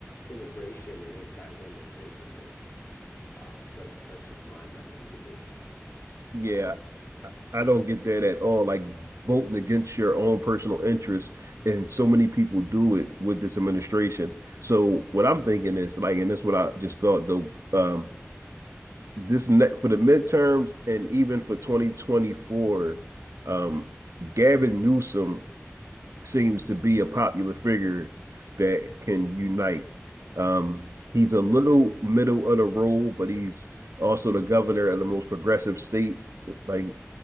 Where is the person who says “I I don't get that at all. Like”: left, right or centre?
Right